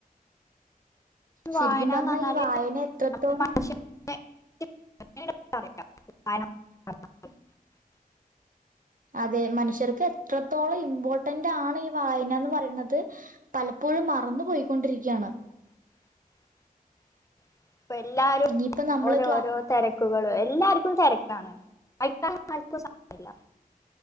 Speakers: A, on the right; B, on the left.
A: ശരിക്കും
B: വായനന്ന്
A: പറഞ്ഞാ
B: പറഞ്ഞാല്
A: ഈ വായന എത്രത്തോളം.
B: മനുഷ്യനെ <unintelligible>
A: അതെ മനുഷ്യർക്ക് എത്രത്തോളം ഇമ്പോർട്ടന്റാണ് ഈ വായനാന്ന് പറേണത് പല പ്പോഴും മറന്നു പോയിക്കൊണ്ടിരിക്കാണ്.
B: <inaudible> ഇപ്പ എല്ലാരും
A: ഇനിയിപ്പ നമ്മള്
B: ഓരോ
A: ക്ലാ
B: ഓരോ തിരക്കുകൾ എല്ലാർക്കും തെരക്കാണ്. <inaudible>